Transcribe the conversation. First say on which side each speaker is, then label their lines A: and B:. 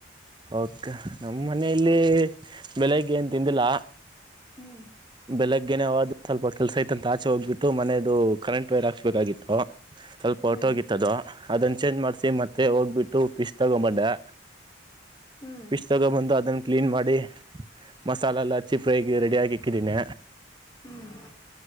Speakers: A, on the right; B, on the left.
A: ಓಕೆ ನಮ್ಮ ಮನೆಯಲ್ಲಿ ಬೆಳಗ್ಗೆ ಏನ್ ತಿಂದಿಲ್ಲ
B: ಹ್ಮ್
A: ಬೆಳಗ್ಗೆೇನೆ ಹ ಸ್ವಲ್ಪ ಕೆಲ್ಸ ಐತ ಅಂತ ಆಚೆ ಹೋಗ್ಬಿಟ್ಟು ಮನೆಯದು ಕರೆಂಟ್ ವೈರ್ ಹಾಕ್ಸ್ಬೇಕಾಗಿತ್ತು ಸ್ವಲ್ಪ
B: ಹ್ಮ್
A: ಹೊಟೋಗಿತ್ತದು. ಅದನ್ನು ಚೇಂಜ್ ಮಾಡ್ಸಿ ಮತ್ತೆ ಹೋಗ್ಬಿಟ್ಟು ಪೀಸ್ ತಗೋ ಬಂದೆ.
B: ಹ್ಮ್
A: ಫಿಶ್ ತಗ ಬಂದು ಅದನ್ನ ಕ್ಲೀನ್ ಮಾಡಿ ಮಸಾಲೆ ಎಲ್ಲ ಹಚ್ಚಿ ಫ್ರೈ ರೆಡಿ ಹಾಕಿ. ಹಾಕ್ಕಿದ್ದೀನಿ
B: ಹ್ಮ್